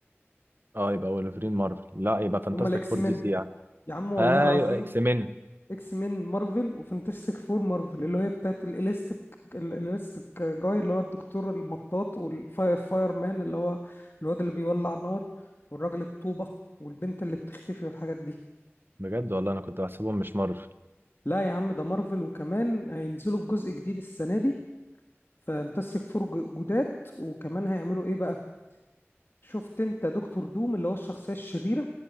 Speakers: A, on the right (about 50°); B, on the left (about 55°).
A: اه يبقى وولفرين مارفل لا يبقى فانتاستيك
B: اللي هم الاكس
A: فور
B: مين
A: دي سي يعني
B: يا عم والله
A: ايوه
B: العظيم
A: اكس مين
B: اكس مين مارفل وفانتاستيك فور مارفل اللي هي بتاعت الاليستيك الاليستيك جاي اللي هو الدكتور المطاط والفاير مان اللي هو الواد اللي بيولع نار والراجل الطوبة والبنت اللي بتختفي والحاجات دي
A: بجد والله انا كنت بحسبهم مش مارفل
B: لا يا عم ده مارفل وكمان هينزلوا بجزء جديد السنة دي فانتسك فور ج- جداد وكمان هيعملوا ايه بقى شفت انت دكتور دوم اللي هو الشخصية الشريرة